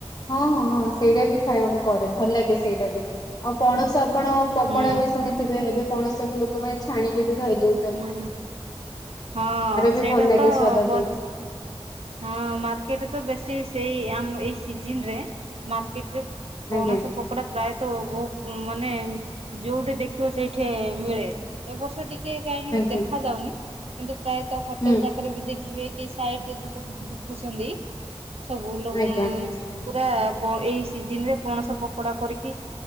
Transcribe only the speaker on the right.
ହୁଁ
ହୁଁ ହଁ
ସେଇଟା
ତ
ବ
ହଁ ମାର୍କେଟ ତ ବେଶୀ ସେଇ ଆମ ଏଇ ସିଜିନ ରେ ମାର୍କେଟ ରେ ପଣସ
ପକୋଡ଼ା ପ୍ରାୟତଃ ବହୁ ମାନେ ଯୋଉଠି ଦେଖିବ ସେଇଠି ମିଳେ। ଏବ ବର୍ଷ ଟିକେ କାହିଁକି
ଦେଖା ଯାଉନି। କିନ୍ତୁ ପ୍ରାୟତ ହୋଟେଲ
ଯାକରେ ବି ଦେ ଖିବେ କି ସାଇଡରେ ଯଉ ସବୁ ବିକୁଛନ୍ତି ସବୁ ଲୋ
ପୁରା ଏଇ ସିଜିନରେ ପଣସ ପକୋଡ଼ା କରିକି